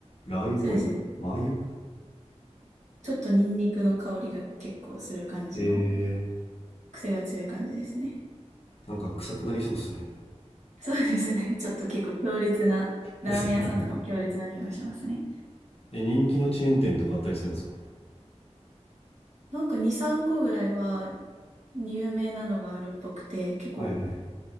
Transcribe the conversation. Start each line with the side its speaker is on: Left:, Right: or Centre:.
Left: ラー油っぽい。
Right: そうですね。
Left: マー油
Right: ちょっとニンニクの香りが結構する感じの、
Left: へえ、
Right: 癖が強い感じですね。
Left: なんか臭くなりそうっすね。
Right: そうですね。<laughs> ちょっと結構強烈な、ラーメン屋さんとかも強烈な匂いがしますね。
Left: ですよね。で、人気のチェーン店とかあったりするんですか
Right: なんか2、3個ぐらいは有名なのがあるっぽくて、結構
Left: はいはい。